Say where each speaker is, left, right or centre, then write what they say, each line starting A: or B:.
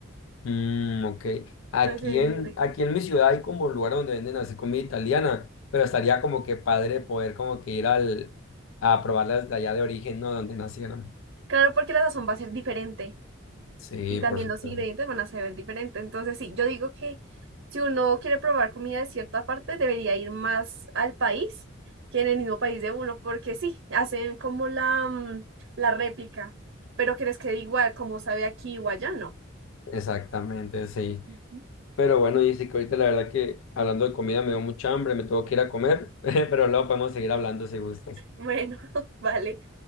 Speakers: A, on the left; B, on the right.
A: Mm, ok. Aquí
B: Entonces se ven
A: en,
B: muy ricas.
A: aquí en mi ciudad hay como lugar donde venden así comida italiana, pero estaría como que padre poder como que ir al, a probarlas de allá de origen, ¿no? Donde nacieron.
B: Claro, porque la sazón va a ser diferente
A: Sí,
B: y también
A: por supuesto.
B: los ingredientes van a ser diferentes. Entonces sí, yo digo que si uno quiere probar comida de cierta parte, debería ir más al país que en el mismo país de uno, porque sí, hacen como la, mm, la réplica, pero que les quede igual como sabe aquí o allá, no.
A: Exactamente, sí.
B: Ujú.
A: Pero bueno, dice que ahorita la verdad que hablando de comida me dio mucha hambre, me tengo que ir a comer, <laughs> pero luego podemos seguir hablando si gustas.
B: Bueno, <laughs> vale.